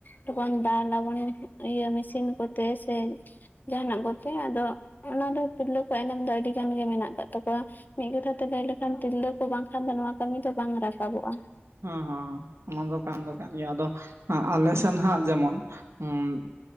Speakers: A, on the left; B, on the right.
A: ᱫᱚᱵᱚᱱ ᱫᱟᱞᱟ ᱥᱵᱚᱱ ᱤᱭᱟᱹ ᱢᱤᱥᱤᱱ ᱠᱚᱛᱮ ᱥᱮ ᱡᱟᱦᱟᱱᱟᱜ ᱠᱚᱛᱮ ᱟᱫᱚ ᱚᱱᱟ ᱫᱚ ᱛᱤᱨᱞᱟᱹ ᱠᱚ ᱮᱱᱮᱢ ᱫᱚ ᱟᱹᱰᱤ ᱜᱟᱱ ᱜᱮ ᱢᱮᱱᱟᱜ ᱟᱠᱟᱫ ᱛᱟᱠᱚᱣᱟ᱾ ᱢᱤᱫ ᱠᱟᱛᱷᱟ ᱛᱮ ᱞᱟᱹᱭ ᱞᱮᱠᱷᱟᱱ ᱛᱤᱨᱞᱟᱹ ᱠᱚ ᱵᱟᱝᱠᱷᱟᱱ ᱫᱚ ᱱᱚᱣᱟ ᱠᱟᱹᱢᱤ ᱫᱚ ᱵᱟᱝ ᱨᱟᱠᱟᱵᱚᱜᱼᱟ᱾
B: ᱦᱮᱸ ᱦᱮᱸ ᱚᱱᱟ ᱫᱚ ᱠᱟᱱ ᱫᱚ ᱠᱟᱱ ᱜᱮᱭᱟ ᱟᱫᱚ ᱦᱟᱸᱜ ᱟᱞᱮᱥᱮᱱ ᱦᱟᱸᱜ ᱡᱮᱢᱚᱱ ᱩᱸ